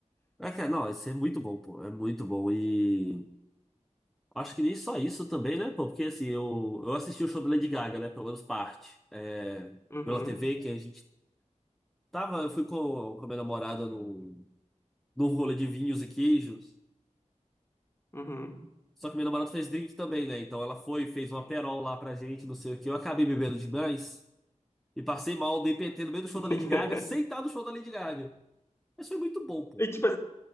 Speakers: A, in the centre; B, on the left.
A: É, cara, não, isso é muito bom, pô. É muito bom. E acho que nem só isso também, né, pô? Porque assim, eu, eu assisti o show da Lady Gaga, né? Pelo menos parte. É,
B: Uhum.
A: pela TV, que a gente Tava, eu fui com, com a minha namorada num, num rolê de vinhos e queijos.
B: Uhum.
A: Só que minha namorada fez drink também, né? Então ela foi, fez uma perol lá pra gente, não sei o quê. Eu acabei bebendo demais e passei mal, dei PT no meio do show
B: <laughs>
A: da Lady Gaga, sem estar no show da Lady Gaga. Mas foi muito bom, pô.
B: E tipo,